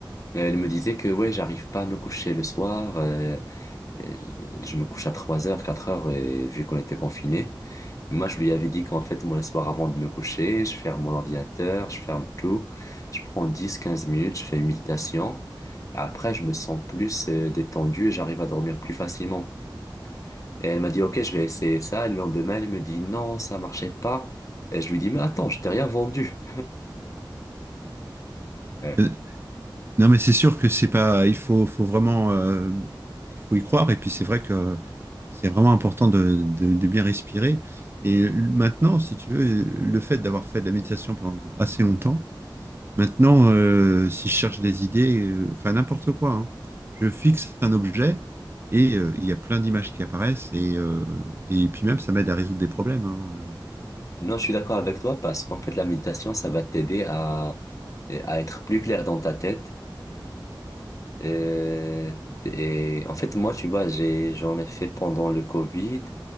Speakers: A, on the left (about 40°); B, on the right (about 30°).
A: Et elle me disait que ouais, j'arrive pas à me coucher le soir. euh, Et Je me couche à 3 heures, 4 heures, et vu qu'on était confinés, moi je lui avais dit qu'en fait, moi le soir avant de me coucher, je ferme mon ordinateur, je ferme tout, je prends dix quinze minutes, je fais une méditation, et après je me sens plus euh, détendu et j'arrive à dormir plus facilement. Et elle m'a dit, ok, je vais essayer ça, et le lendemain elle me dit, non, ça marchait pas. Et je lui dis, mais attends, je t'ai rien vendu. Ouais.
B: <laughs> Non, mais c'est sûr que c'est pas. Il faut, faut vraiment, euh, il faut y croire. Et puis c'est vrai que c'est vraiment important de, de- de bien respirer. Et maintenant, si tu veux, le fait d'avoir fait de la méditation pendant assez longtemps, maintenant, euh, si je cherche des idées, euh, enfin n'importe quoi, hein, je fixe un objet et euh, il y a plein d'images qui apparaissent. Et, euh, et puis même, ça m'aide à résoudre des problèmes. hein. Euh,
A: Non, je suis d'accord avec toi parce qu'en fait, la méditation, ça va t'aider à, à être plus clair dans ta tête Euh, et en fait, moi, tu vois, j'ai, j'en ai fait pendant le Covid